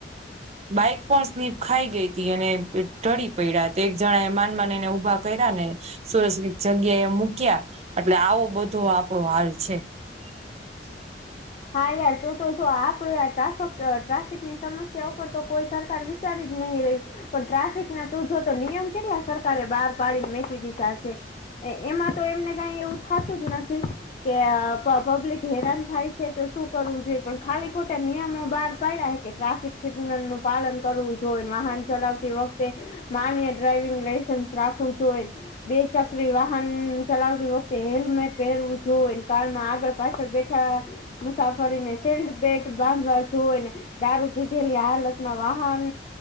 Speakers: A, on the right; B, on the left.
A: બાઈક પણ સ્લિપ ખાઈ ગઈ હતી અને ઢળી પડ્યા. તે એક જણા એ માન માન ઉભા કર્યા ને. સુરક્ષિત જગ્યા એ મૂક્યા એટલે આવો બધો આપણો હાલ છે. <inaudible>
B: હા યાર તું તો જો આપડે આ ટ્રાફક ટ્રાફિક ની સમસ્યા ઉપર તો કોઈ સરકાર. વિચારી જ નહી રહી હોય. પણ ટ્રાફિક ના તું જો તો નિયમ કેટલા સરકારે બહાર પાડીને મેકી દીધા છે. એમાં તો એમને કઈ એવું થતું જ નથી કે પબ્લિક હેરાન થાય છે. શું કરવું જોઈએ પણ ખાલી ખોટા નિયમો બહાર પાડ્યા હે કે ટ્રાફિક સિગ્નલ નું. પાલન કરવું જોઈને વાહન ચલાવતી વખતે. માન્ય ડ્રાઈવિંગ લાઈસન્સ રાખવું જોઈ. બે ચકરી વાહન ચલાવતી વખતે હેલ્મેટ પહેરવું જો કારમાં આગળ. પાછળ બેઠા મુસાફરીને સીટ બેલ્ટ બાંધવા જોઈને. દારૂ પીધેલી હાલતમાં વાહન